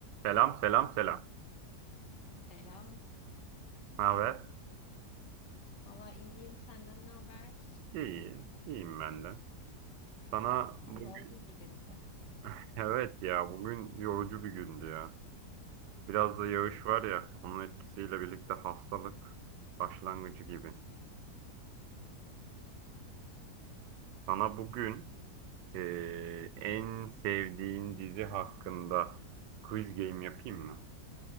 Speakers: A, on the right (about 85°); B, on the left (about 85°).
A: Selam selam selam.
B: Selam.
A: Ne haber?
B: Valla iyiyim. Senden ne haber?
A: İyi, iyiyim ben de. Sana
B: Aa,
A: bugün
B: yorgun bir gündü de.
A: <laughs> evet ya bugün yorucu bir gündü ya. Biraz da yağış var ya onun etkisiyle birlikte hastalık başlangıcı gibi. Sana bugün eee, en sevdiğin dizi hakkında quiz game yapayım mı?